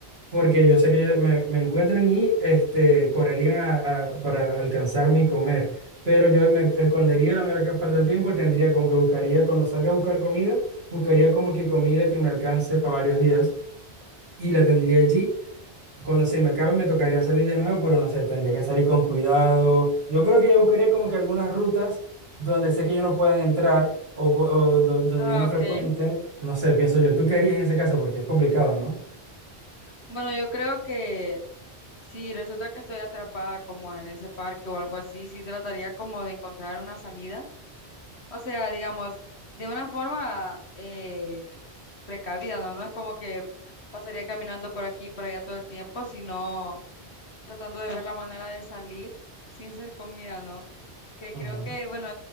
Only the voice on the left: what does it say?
Ah,
ok.
Bueno, yo creo que si resulta que estoy atrapada como en ese parque o algo así, sí trataría como de encontrar una salida O sea, digamos, de una forma eh, precavida, ¿no? No es como que pasaría caminando por aquí, por allá todo el tiempo, sino tratando de ver la manera de salir sin ser comida, ¿no? Que
creo que, bueno,